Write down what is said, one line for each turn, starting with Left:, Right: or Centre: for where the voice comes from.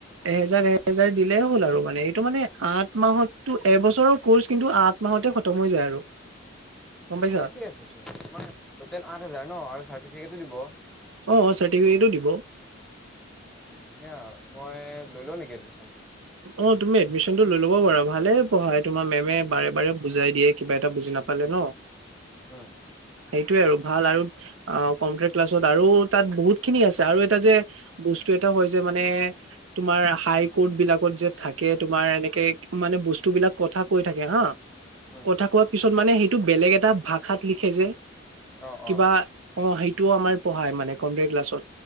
Right: এহেজাৰ এহেজাৰ দিলেই হ'ল আৰু মানে এইটো মানে আঠ মাহতটো এবছৰৰ কৰ্চ কিন্তু আঠ মাহতে খতম হৈ যায় আৰু গম পাইছা
Centre: ঠিকেই আছে চোন তোমাৰ টোতেল আঠ হাজাৰ ন আৰু চাৰ্টিফিকেট দিব উম
Right: অ চাৰ্টিফিকেটো দিব
Centre: ধুনীয়া মই লৈ লও নেকি এডমিচন
Right: অ তুমি এডমিশ্যনতটো লৈ ল'ব পাৰা ভালে পঢ়াই তোমাৰ মেমে বাৰে বাৰে বুজাই দিয়ে কিবা এটা বুজি নাপালে ন
Centre: ওম
Right: সেইটোৱে আৰু ভাল আৰু অ কম্পিউটাৰ ক্লাছত আৰু তাত বহুত খিনি আছে আৰু এটা যে ব স্তু এটা হয় যে মানে তোমাৰ হাইকৰ্ট বিলাক যে থাকে তোমাৰ এনেকে মানে বস্তু বিলাক কথা কৈ থাকে হা
Centre: উম,
Right: কথা কোৱা পিছত টো বেলেগ এটা ভাষাত লিখে যে
Centre: অ',
Right: কিবা
Centre: অ',
Right: অ সেইটোও আমাৰ পঢ়ায় মানে কম্পিউটাৰ ক্লাছত।